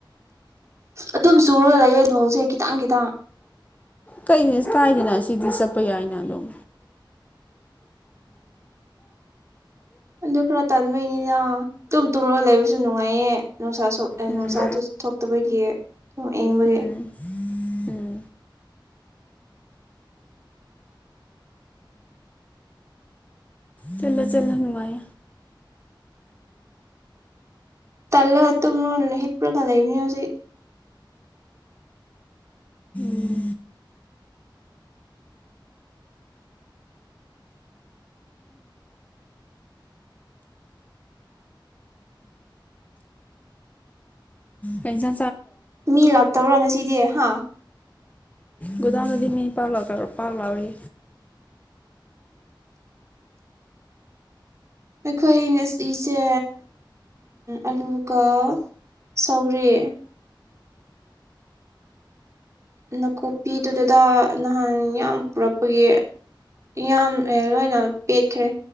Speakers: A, on the right; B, on the left.
A: ꯑꯗꯨꯝ ꯆꯨꯔꯒ ꯂꯩꯌꯦꯦ ꯅꯣꯡꯁꯦ ꯈꯤꯇꯪ ꯈꯤꯇꯪ
B: ꯀꯩ ꯀꯥꯏꯗꯅ ꯁꯤꯗꯤ ꯆꯠꯄ ꯌꯥꯏꯅ ꯑꯗꯨꯝ
A: ꯗꯨ ꯈꯔ ꯇ ꯑꯗꯨ ꯃꯅꯤꯅ ꯇ ꯇꯨꯝꯂꯣ ꯂꯩꯕꯁꯨ ꯅꯨꯡꯉꯥꯏꯌꯦ ꯅꯨꯡꯁꯥ
B: ꯎꯝ
A: ꯅꯨꯡꯁꯥꯗꯨ ꯊꯣꯛꯇꯕꯒꯤ ꯌꯦꯡꯕꯒꯤ
B: ꯎꯝ ꯎꯝ ꯆꯤꯜꯂ ꯆꯦꯜꯥ ꯅꯨꯡꯉꯥꯏ
A: ꯇꯜꯂ ꯀꯠꯇꯣ ꯍꯄ꯭ꯔꯣ ꯀꯗ ꯂꯩꯕꯅꯤ ꯍꯧꯖꯤꯦ
B: ꯎꯝ ꯄꯩꯁꯥ
A: ꯃꯤ ꯂꯥꯛꯇꯕ꯭ꯔꯥ ꯉꯁꯤꯗꯤ ꯍꯥ
B: ꯒꯗꯥꯝꯒꯗꯤ ꯃꯤ ꯄꯥꯜꯂ ꯄꯥ ꯂꯑꯣꯏ
A: ꯑꯩꯈꯣꯏ ꯉꯁꯤꯁꯦ ꯑꯂꯨꯒ ꯁꯧꯔꯤ ꯅꯥꯀꯨꯞꯄꯤꯗꯨꯗꯨꯗ ꯅꯍꯥꯟ ꯏꯌꯥꯝ ꯄꯨꯔꯛꯄꯒꯤ ꯏ ꯂꯣꯏꯅ ꯄꯦꯠꯈ꯭ꯔꯦ